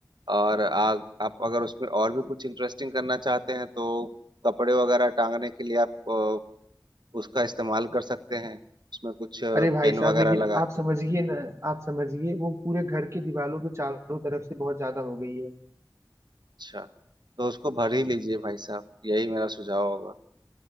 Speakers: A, on the right; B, on the right.
A: और आ, आप अगर उसमें और भी कुछ इंटरेस्टिंग करना चाहते हैं तो कपड़े वगैरह टांगने के लिए आप अ, उसका इस्तेमाल कर सकते हैं उसमें कुछ अ,
B: अरे भाई
A: पेन
B: साहब
A: वगैरह
B: लेकिन
A: लगा
B: आप
A: के
B: समझिए ना आप समझिए वो पूरे घर की दीवारों पे चारों तरफ से बहुत ज्यादा हो गई है
A: अच्छा तो उसको भर ही लीजिए भाई साहब यही मेरा सुझाव होगा